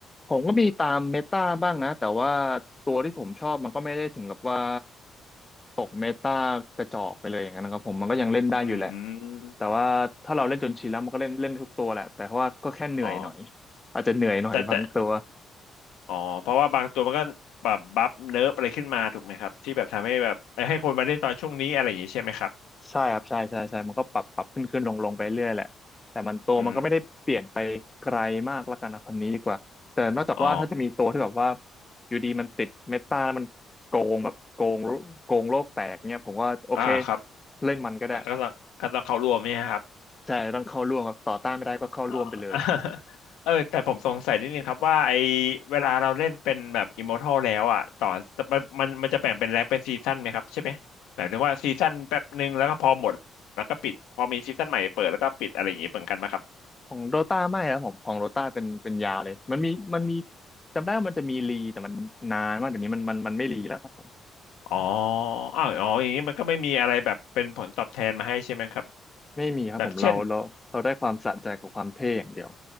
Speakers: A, on the left; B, on the left.
A: ผมก็มีตามเมตาบ้างนะแต่ว่าตัวที่ผมชอบมันก็ไม่ได้ถึงกับว่าตกเมตากระจอกไปเลยอย่างนั้นนะครับผมมันก็ยังเล่นได้อยู่แหละ
B: อืม
A: แต่ว่าถ้าเราเล่นจนชินแล้วมันก็เล่นเล่นทุกตัวแหละแต่ว่าก็แค่เหนื่อยหน่อย
B: อ๋อ
A: อาจจะเหนื่อยหน่อยบางตัว
B: แต่แต่ อ๋อเพราะว่าบางตัวมันก็แบบบัฟเนิร์ฟอะไรขึ้นมาถูกไหมครับที่แบบทำให้แบบเอ้ยให้คนมาเล่นตอนช่วงนี้อะไรอย่างนี้ใช่ไหมครับ
A: ใช่ครับใช่ใช่ใช่มันก็ปรับปรับขึ้นขึ้นลงลงไปเรื่อยแหละแต่มันโตวมันก็ไม่ได้เปลี่ยนไปไกลมากละกันนะคำนี้ดีกว่าแต่นอกจากว่าถ้าจะมีตัวที่แบบว่า
B: อืมอ๋อ
A: อยู่ดีมันติดเมตาแล้วมันโกงแบบโกงโกงโลกแตกเนี่ยผมว่าโอเค
B: อ่าครับ
A: เล่นมันก็ได้
B: ก็ก็ต้องก็ต้องเข้าร่วมเนี่ยครับ
A: ใช่ต้องเข้าร่วมครับต่อต้านไม่ได้ก็เข้าร่วมไปเลย
B: อ๋อ <laughs> เออแต่ผมสงสัยนิดนึงครับว่าไอเวลาเราเล่นเป็นแบบอิมมอร์ทัลแล้วอ่ะต่อมันมันมันจะแบ่งเป็นแรงเป็นซีซั่นไหมครับใช่ไหมแบบนึกว่าซีซั่นแป๊บหนึ่งแล้วก็พอหมดแล้วก็ปิดพอมีซีซั่นใหม่เปิดแล้วก็ปิดอะไรอย่างนี้เหมือนกันไหมครับ
A: ของโดตาไม่ครับผมของโดตาเป็นเป็นยาวเลยมันมีมันมีจำได้ว่ามันจะมีรีแต่มันนานมากเดี๋ยวนี้มันมันมันไม่รีแล้วครับผม
B: อ๋ออ้าวอ๋ออย่างนี้มันก็ไม่มีอะไรแบบเป็นผลตอบแทนมาให้ใช่ไหมครับ
A: ไม่มีครับผมเราเราเราได้ความสะใจกับความเท่อย่างเดียว
B: แบบเช่น